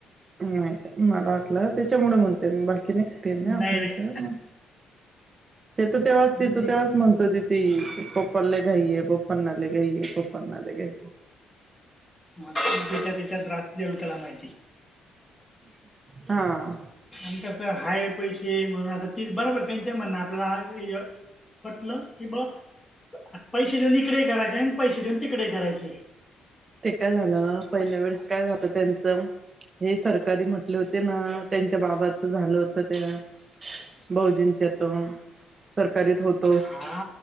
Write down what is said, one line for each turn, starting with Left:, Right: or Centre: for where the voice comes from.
Right: नाही का मला वाटलं, त्याच्यामुळे म्हणते मी बघ ना
Left: नाही
Right: आपणतय
Left: नाही
Right: मग ते
Left: नाही
Right: तर तेव्हाच तिचं
Left: मी
Right: तेव्हाच म्हणतो त <unintelligible> ती पप्पांना लय घाई, पप्पांना लय घाई, पप्पांना लय घाई
Left: च्या त्याच्या त्रास देल त्याला माहिती
Right: हा
Left: <unintelligible> का हाय पैसे म्हण आता ते बरोबर त्यां <unintelligible> म्हण आपल्याला हा पटलं की ब <unintelligible> पैसे देऊन इकडे करायचे आणि पैसे देऊन तिकडे करायचे.
Right: ते काय झालं, पहिल्या
Left: हाय.
Right: वेळेस काय झालं त्यांचं हे सरकारी म्हटले होते ना, त्यांच्या बाबाच झालं होत त्या भाऊजींच्या तर सरकारीत होत.
Left: हा